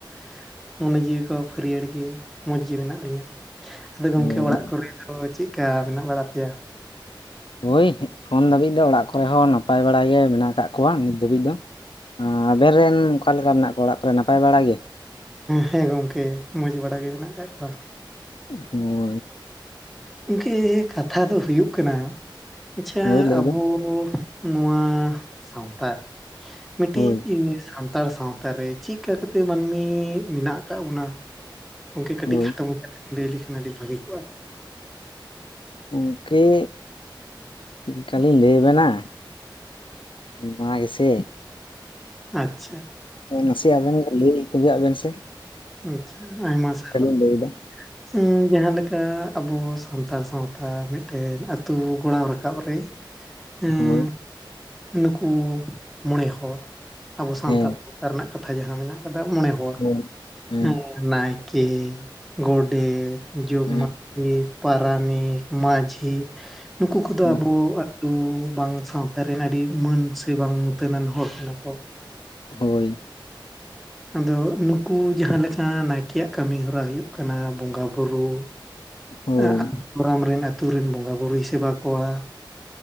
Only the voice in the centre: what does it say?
᱾ ᱢᱚᱱᱮ ᱡᱤᱣᱤ ᱠᱚ ᱦᱟᱹᱨᱭᱟᱹᱲ ᱜᱮ ᱢᱚᱡᱽ ᱜᱮ ᱢᱮᱱᱟᱜ ᱞᱤᱧᱟᱹ ᱾ ᱟᱫᱚ ᱜᱚᱝᱠᱮ
ᱚᱲᱟᱜ ᱠᱚᱨᱮ ᱫᱚ ᱪᱮᱫ ᱠᱟ ᱢᱮᱱᱟᱜ ᱵᱟᱲᱟ ᱯᱮᱭᱟ?
ᱦᱮᱸ, ᱜᱚᱝᱠᱮ ᱢᱚᱸᱡᱽ ᱵᱟᱲᱟ ᱜᱮ ᱢᱮᱱᱟᱜ ᱟᱠᱟᱫ ᱠᱚᱣᱟ ᱾
ᱜᱚᱝᱠᱮ ᱠᱟᱛᱷᱟ ᱫᱚ ᱦᱩᱭᱩᱜ ᱠᱟᱱᱟ, ᱟᱪᱪᱷᱟ,
ᱟᱵᱚ
ᱱᱚᱣᱟ ᱥᱟᱶᱛᱟ ᱨᱮ ᱢᱤᱫᱴᱤᱡ
<unintelligible> ᱥᱟᱱᱛᱟᱲ ᱥᱟᱶᱛᱟ ᱨᱮ ᱪᱮᱫ ᱞᱮᱠᱟ ᱠᱟᱛᱮ ᱢᱟᱹᱱᱢᱤ ᱢᱮᱱᱟᱜ ᱟᱠᱟᱫ ᱵᱚᱱᱟ? ᱜᱚᱝᱠᱮ ᱠᱟᱹᱴᱤᱡ
ᱠᱷᱟᱴᱚ ᱢᱟᱪᱷᱟ ᱞᱟᱹᱭ ᱞᱮᱠᱷᱟᱱ ᱟᱹᱰᱤ ᱵᱷᱟᱹᱜᱤ ᱠᱚᱜᱼᱟ ᱾
ᱟᱪᱪᱷᱟ ᱾
ᱟᱪᱪᱷᱟ, ᱟᱭᱢᱟ ᱥᱟᱨᱦᱟᱣ ᱾
ᱦᱩᱸ ᱡᱟᱦᱟᱸ ᱞᱮᱠᱟ ᱪᱮᱠᱟ ᱟᱵᱚ ᱥᱟᱱᱛᱟᱲ ᱥᱟᱶᱛᱟ ᱢᱤᱫᱴᱮᱱ ᱟᱹᱛᱩ ᱜᱚᱲᱟᱣ ᱨᱟᱠᱟᱵ ᱨᱮ, ᱮᱸ
ᱱᱩᱠᱩ ᱢᱚᱸᱬᱮ ᱦᱚᱲ, ᱟᱵᱚ ᱥᱟᱱᱛᱟᱲ
ᱥᱟᱶᱛᱟ ᱨᱮᱱᱟᱜ ᱠᱟᱛᱷᱟ ᱡᱟᱦᱟᱸ ᱢᱮᱱᱟᱜ ᱟᱠᱟᱫᱟ ᱢᱚᱸᱬᱮ ᱦᱚᱲ
᱾
ᱱᱟᱭᱠᱮ, ᱜᱚᱰᱮᱛ ᱡᱚᱜᱽ
ᱢᱟᱹᱡᱷᱤ, ᱯᱟᱨᱟᱱᱤᱠ, ᱢᱟᱹᱡᱷᱤ ᱱᱩᱠᱩ ᱠᱚᱫᱚ
ᱟᱵᱚ ᱩᱸ ᱵᱟᱝ ᱥᱟᱶᱛᱟ ᱨᱮᱱ ᱟᱹᱰᱤ ᱢᱟᱹᱱ ᱥᱮ ᱵᱟᱝ ᱢᱩᱛᱟᱹᱱᱟᱱ ᱦᱚᱲ ᱠᱟᱱᱟ ᱠᱚ
ᱟᱫᱚ ᱩᱱᱠᱩ ᱡᱟᱦᱟᱸ ᱞᱮᱠᱟ ᱱᱟᱭᱠᱮᱭᱟᱜ ᱠᱟᱹᱢᱤ ᱦᱚᱨᱟ ᱦᱩᱭᱩᱜ ᱠᱟᱱᱟ ᱵᱚᱸᱜᱟ ᱵᱩᱨᱩ
ᱟᱸ ᱟᱠ ᱜᱚᱨᱟᱢ ᱨᱮᱱ ᱟᱛᱹᱩ ᱨᱮᱱ ᱵᱚᱸᱜᱟ ᱵᱩᱨᱩᱭ ᱥᱮᱵᱟ ᱠᱚᱣᱟ